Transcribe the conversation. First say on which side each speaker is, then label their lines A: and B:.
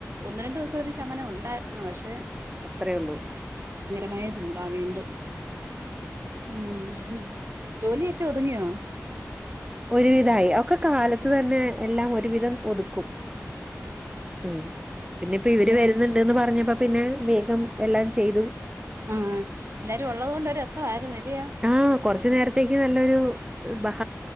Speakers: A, on the right; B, on the right.
A: ഒന്ന് രണ്ടു ദെവസം ഒരു ശമനം ഉണ്ടായിരുന്നു പഷേ-
B: അത്രേ ഉള്ളൂ
A: മായ <unintelligible> ചൂടാ വീണ്ടും ഉം ഉം ജോലിയൊക്കെ ഒതുങ്ങിയോ
B: ഒരുവിധായ ഒക്കെ കാലത്ത് തന്നെ എല്ലാം ഒരുവിധം ഒതുക്കും ഉം പിന്നെപ്പോ ഇവര്
A: പിന്നെ
B: വരുന്നുണ്ട്ന്ന് പറഞ്ഞപ്പോ പിന്നെ വേഗം എല്ലാം ചെയ്തു
A: ആ എല്ലാരും ഒള്ളത് കൊണ്ട് രു രസായിരുന്നു ഇല്ലിയോ
B: ആഹ് കൊറച്ചു നേരത്തേക്ക് നല്ലൊരു- ബഹ